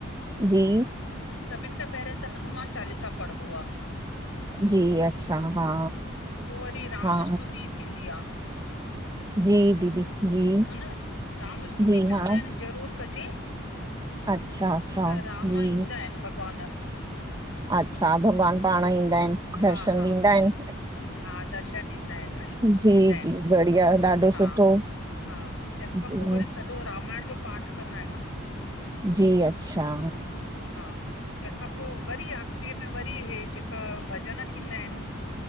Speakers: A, on the right (about 20°); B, on the left (about 75°).
A: जी।
B: सभिनि खां पहिरियों त हनुमान चालीसा पढ़िबो आ
A: जी अच्छा हा
B: पो वरी राम
A: हा
B: स्तुति थींदी आ
A: जी दीदी, जी।
B: हा न राम स्सुति
A: जी
B: चवंदाइनि
A: हा
B: ज़रूर कजे।
A: अच्छा अच्छा
B: त राम
A: जी
B: ईंदा हिनि भॻवान।
A: अच्छा, भॻवान पांण ईंदा हिनि,
B: हा
A: दर्शन
B: हा
A: ॾींदा हिनि?
B: हा दर्शन ॾींदा आहिनि न
A: जी
B: ॾींदा आहिनि
A: -जी बढ़िया! ॾाढो
B: हा
A: सुठो।
B: हा, तंहिंखां
A: जी
B: पो वरी सॼो रामायण जो पाठ कंदा आहियूं।
A: जी- अच्छा।
B: हा, तंहिंखां पो वरी आख़िरीअ में वरी हे जेका भॼन थींदा हिनि?